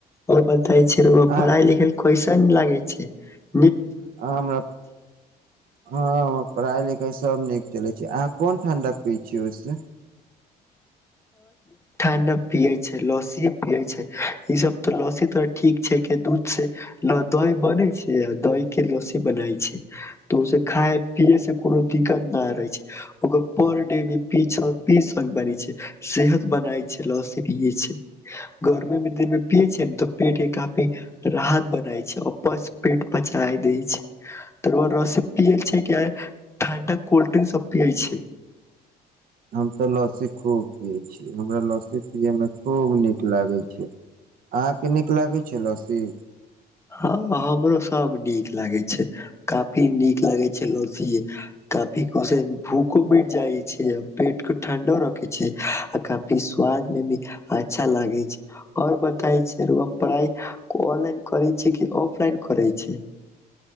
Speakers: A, on the left; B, on the right.
A: आओर ब त छै ओ
B: आ
A: पाढाइ लिखाय ल कैसा लागे छै छी
B: हमरा हँ हम पढ़ाई लिखाई सब नीक चलै छै अहाँ कोन ठं्डा पी छियै ओहिस
A: ठणडा पिये छै लस्सी पिये छै ई सब तऽ लस्सी तो ठीक छै के दूध से दही बनेै छै आ दही के लस्सी बनाय छै तऽ ओस खाय पिये से कोनो दिक्कत न रहे छै ओकर पर डे भीी पी बन छै सेहत बनाय छै ल से पिये छै गर्मी मे दिन मे पियए छै ने तऽ पेट के काफी राहत बनाय छै पस पेट पचााय दै छै तरबर रस पियल छै क ठाण्डा कोल्ड्रिंक सब पियै छै
B: हम तऽ लस्सी खूब पियै छै हमरा लसीपिया मे खूब नीक लागैत छैक अहाँके नीक लागैत छैक लस्सी
A: हँ हमरो सब नीक लागैत छैक काफी नीक लगैत छैक काफी भूखो मीट जाइ छैक पेट केँ ठंडो रखैत छैक आ काफी स्वाद मे भी अच्छा लागैत छैक ओर बताे पढ़ाई ऑनलाइन करे ऑफलाइन करै छै